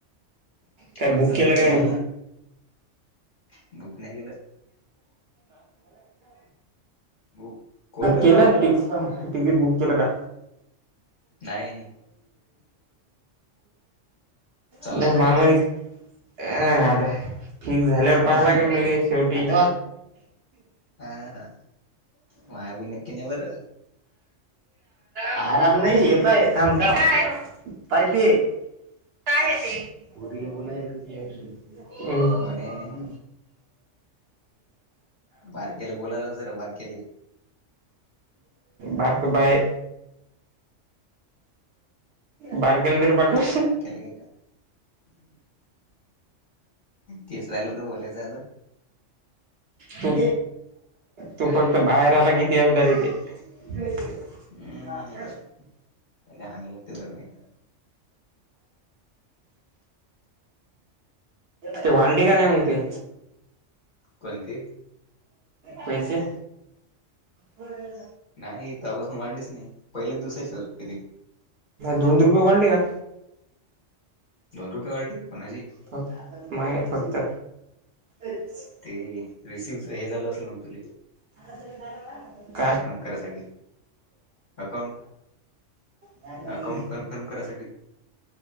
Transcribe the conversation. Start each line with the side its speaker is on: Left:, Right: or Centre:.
Right: काय
Left: कोण
Right: बुक
Left: चाललं
Right: केला काय?
Left: केरला बुक नाही केलं..... बुक कोण करणार
Right: केला....
Left: आहे
Right: तिकीट बुक केल का?
Left: नाही चालला
Right: नाही मामणी
Left: काय
Right: ह आता.... फिक्स झाल्यावर पहाव
Left: हा
Right: लागेल म्हने शेवटी......
Left: हा हा मायाबीन नेकी नाही बर....
Right: आराम नाही य पाय काम काम पाय ते.... काय आहे ते बोलायला..... हम....
Left: कोणी बारकेला बोला जरा बारक्याला...
Right: बारक बाळ..... बारक्याला तरी पाठवा.....
Left: बारक्याला घ्यायचं... केस राहिला तर बोलायचं आता.....
Right: तू तू फक्त बाहेर आला किती अंदर येते..... ह....
Left: हम्म
Right: अर.....
Left: त्याला हाणायला लागते धरून एकदा
Right: ते वाल्ली का नाही मग ते....
Left: कोणते?
Right: पैसे... बर......
Left: नाही तेव्हा पासून वाढलीच नाही पहिलेच दिवसाराचीते....
Right: दोन रुपये वाढली का.
Left: दोन रुपयेवाल्टी कोण जी
Right: फक्त माय फक्त अच्च <unintelligible>
Left: ते रिसिवच हे झालं असेल मग तुले.
Right: आता <unintelligible>
Left: कन्फर्म करायसाठी अकाउंट.
Right: नाही
Left: अकाउंट
Right: नाही.
Left: कन्फर्म करासाठी.